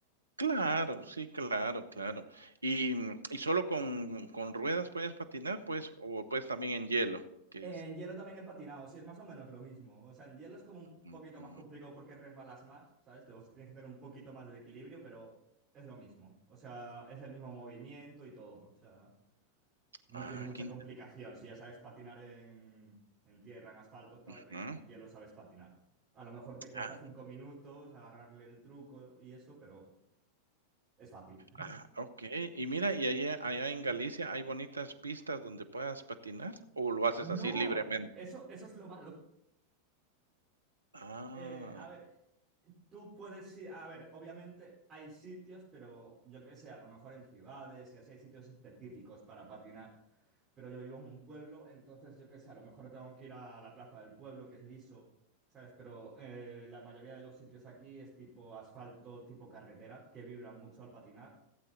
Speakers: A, on the right; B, on the right.
A: Claro, sí, claro, claro. Y, mm, ¿y solo con con ruedas puedes patinar, pues, o puedes también en hielo? Que
B: En
A: es
B: hielo también he patinado, sí, es más o menos lo mismo. O sea, en hielo es como un
A: mm,
B: poquito
A: mm.
B: más complicado porque resbalas más, ¿sabes? O sea, tienes que tener un poquito más de equilibrio, pero es lo mismo. O sea, es el mismo movimiento y todo. O sea, no
A: Ah,
B: tiene mucha
A: qué
B: complicación. Si ya sabes patinar en, en tierra, en asfalto, tal,
A: interesante.
B: en hielo sabes patinar. A lo mejor te cuesta
A: Ah,
B: cinco minutos agarrarle el truco y eso, pero es fácil.
A: ah, okey. Y mira, ¿y allá allá en Galicia hay bonitas pistas donde puedas patinar, o lo haces
B: ¡No!
A: así libremente?
B: Eso, eso es lo malo.
A: Ah,
B: Eh, a ver, tú puedes ir, a ver, obviamente hay sitios, pero yo qué sé, a lo mejor en ciudades y así hay sitios específicos para patinar, pero yo vivo en un pueblo, entonces yo qué sé, a lo mejor tengo que ir a la plaza del pueblo, que es liso, ¿sabes? Pero eh, la mayoría de los sitios aquí es tipo asfalto, tipo carretera, que vibra mucho al patinar